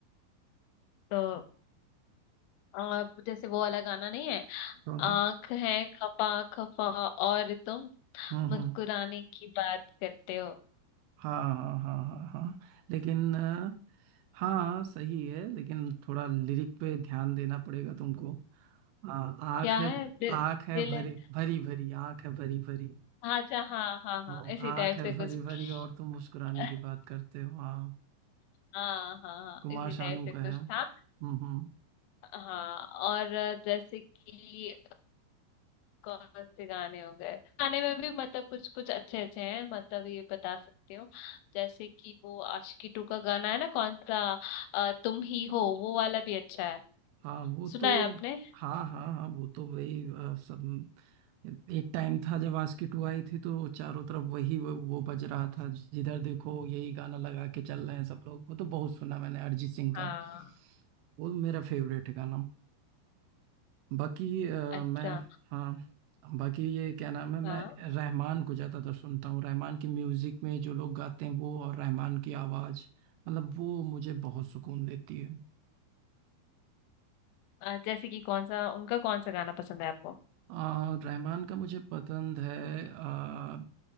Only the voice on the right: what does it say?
कौन सा
हम्म
हम्म
हाँ हाँ हाँ हाँ हाँ लेकिन अ, हाँ सही है लेकिन थोड़ा लिरिक पे ध्यान देना पड़ेगा तुमको हाँ आँख
है
आँख है
भरी
भरी भरी आँख है भरी भरी
हाँ,
आँख
है
भरी भरी और तुम मुस्कुराने
की बात करते हो हाँ
कुमार
शानू
का
है हम्म
हम्म
हाँ वो तो
हाँ हाँ हाँ वो तो वही अ, सब एक टाइम था जब आस्की टू आई थी तो चारों तरफ वही वो, वो बज रहा था जिधर देखो यही गाना लगा के चल रहे हैं सब लोग वो तो बहुत सुना मैंने अरिजीत सिंह
का वो मेरा फेवरेट है गाना बाकी अ,
मैं हाँ बाकी ये क्या नाम है मैं
रहमान को ज़्यादातर सुनता हूँ रहमान की म्यूज़िक में जो लोग गाते हैं वो और रहमान की आवाज़ मतलब वो मुझे बहुत सुकून देती है
आ, रहमान का मुझे पसंद है आ,